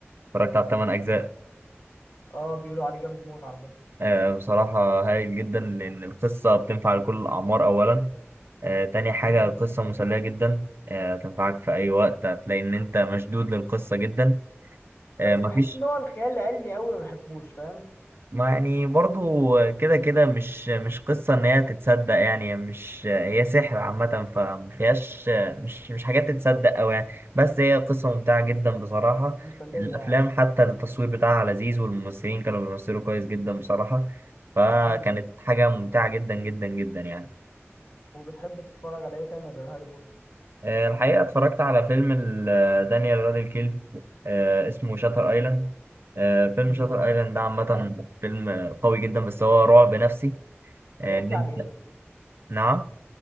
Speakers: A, on the right; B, on the left.
A: اتفرجت على الثمان اجزاء
B: اه بيقولوا عليه جامد موت على فكره
A: آه بصراحه هايل جدا لان القصه بتنفع لكل الاعمار اولا آه تاني حاجه
B: امم
A: القصه مسليه جدا آه تنفعك في اي وقت هتلاقي ان انت مشدود للقصه جدا آه
B: بس
A: مفيش
B: بحس ان هو الخيال العلمي قوي ما بحبوش فاهم
A: ما يعني برضو كده كده مش مش قصة ان هي تتصدق يعني مش هي سحر عامة فما فيهاش مش مش حاجات تتصدق اوي يعني بس هي قصة ممتعة جدا بصراحة
B: مسليه
A: الافلام
B: يعني
A: حتى التصوير بتاعها لذيذ والممثلين كانوا بيمثلوا كويس جدا بصراحة فكانت
B: امم
A: حاجة ممتعة جدا جدا جدا يعني
B: وبتحب تتفرج على ايه تاني غير هاري بوتر
A: آه، الحقيقة اتفرجت على فيلم ال- آه، دانيال راديكليف آه، اسمه شاتر ايلاند آه، فيلم
B: امم
A: شاتر ايلاند ده عامة فيلم قوي جدا بس هو رعب نفسي آه،
B: بيحكي
A: ان انت
B: عن ايه
A: نعم